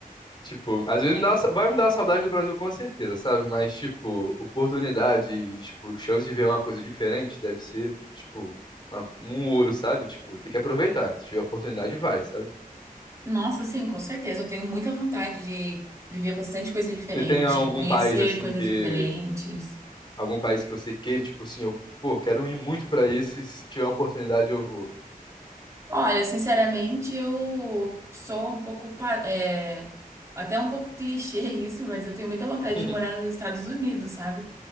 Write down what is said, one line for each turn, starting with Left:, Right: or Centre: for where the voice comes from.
Left: Tipo, às vezes me dá uma vai me dar uma saudade do Brasil com certeza, sabe? Mas, tipo, oportunidade, tipo, chance de ver uma coisa diferente deve ser, tipo, uma- um ouro, sabe? Tipo, tem que aproveitar. Se tiver oportunidade, vai, sabe?
Right: Nossa, sim, com certeza. Eu tenho muita vontade de viver bastante coisa diferente,
Left: Você tem algum
Right: conhecer
Left: país, assim,
Right: coisas
Left: que...
Right: diferentes.
Left: Algum país que você queira, tipo assim, eu, pô, quero ir muito pra isso e se tiver uma oportunidade eu vou.
Right: Olha, sinceramente, eu sou um pouco, pa- é, até um pouco <laughs> clichê isso, mas eu tenho muita vontade
Left: <laughs>
Right: de morar nos Estados Unidos, sabe?